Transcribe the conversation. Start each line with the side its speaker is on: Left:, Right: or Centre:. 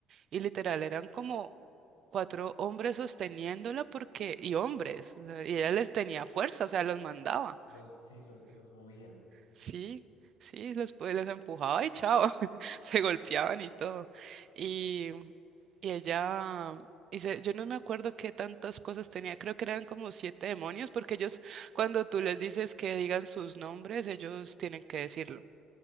Right: y literal eran como cuatro hombres sosteniéndola porque, y hombres, o sea, y ella les tenía fuerza, o sea, los mandaba.
Left: Los, sí, los, los movía.
Right: Sí, sí, los, pues, los empujaba y chao, <laughs> se golpeaban y todo. Y, y ella, y se- yo no me acuerdo qué tantas cosas tenía, creo que eran como siete demonios, porque ellos, cuando tú les dices que digan sus nombres, ellos tienen que decirlo.